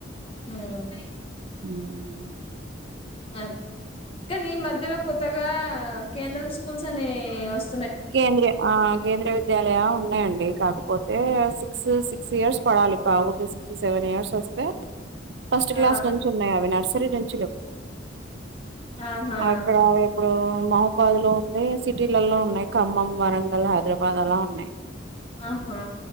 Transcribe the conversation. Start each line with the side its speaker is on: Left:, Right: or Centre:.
Left: హుం
Right: అవునా
Left: ఆద్ కానీ ఈ మధ్యలో కొత్తగా కేంద్రం స్కూల్స్ అని ఏ వాస్
Right: కేంద్రే ఆ కేంద్రయ విద్యాలయా ఉన్నాయండి. కాకపోతే సిక్స్, సిక్స్ ఇయర్స్ పడాలి పాపకి సిక్స్, సెవెన్ ఇయర్స్. వస్తే ఫస్ట్ క్లాస్
Left: ఆ
Right: నుంచి ఉన్నాయి అవి నర్స్ సరేడల్
Left: ఆహా
Right: అక్కడ ఆయా ఇప్పుడు మహాబాద్ లో ఉంది సిటీలల్లో ఉన్నాయి ఖమ్మం వరంగల్ హైదరాబాద్ అలా ఉన్నాయి
Left: ఆహా